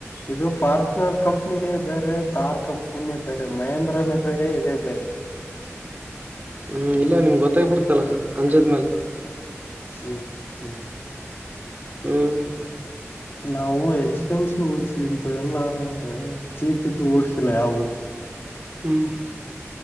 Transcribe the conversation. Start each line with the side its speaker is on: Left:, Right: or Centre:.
Left: ಇದು ಫಾರ್ಚುನರ್ ಕಂಪ್ನಿನೇ ಬೇರೆ ತಾರ್ ಕಂಪ್ನಿನೇ ಬೇರೆ ಮಹೇಂದ್ರನೇ ಬೇರೆ ಇದೆ ಬೇರೆ. ಬೇರೆ.
Right: ಹ್ಮ್ ಇಲ್ಲ ನಿಮ್ ಗೊತ್ತಾಗ ಬಿಡ್ತಲ್ಲಾ ಅಂಜದಮ್ಯಲ್.
Left: ಹ್ಮ್ ಹ್ಮ್
Right: ಹ್ಮ್
Left: ನಾವು ಎಕ್ಸ್ಪೆನ್ಸಿವ್ ಓಡ್ಸೀವಿ ಇಂಥವೆಲ್ಲ ಅ ಚೀಪ್ ಇದ್ದು ಓಡ್ಸಿಲ್ಲ ಯಾವು.
Right: ಹ್ಮ್